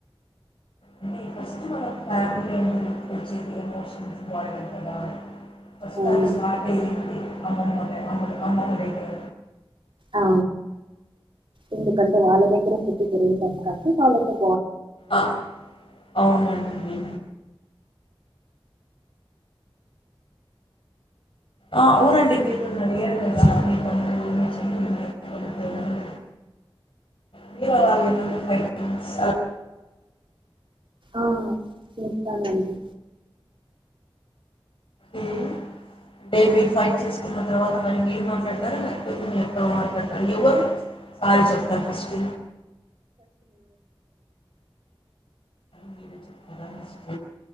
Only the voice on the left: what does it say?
అంటే ఫస్ట్ మనక ఫ్యామిలీ అంటే గుర్తొచ్చేది ఎమోషన్స్ బాండింగ్ కదా ఫస్ట్
అది స్టార్ట్ అయింది అమ్మమ్ అమ్ అమ్మమ్మ దెగర
ఆ అవునండి ఆ అవునండి మీరు నన్ను అడిగారు కదా మీ తమ్ముడు మీ చెల్లి <unintelligible> మీరేమన్నా ఫైటింగ్స్ ఆలా
ఓకే అంటే మీరు ఫైట్ చేసుకున్న తర్వాత మరి మీరు మాట్లాడతార లె లేదా మీ అక్క మాట్లాడతార ఎవరు సారీ చెప్తారు ఫస్ట్ మీరె చెప్తారా ఫస్ట్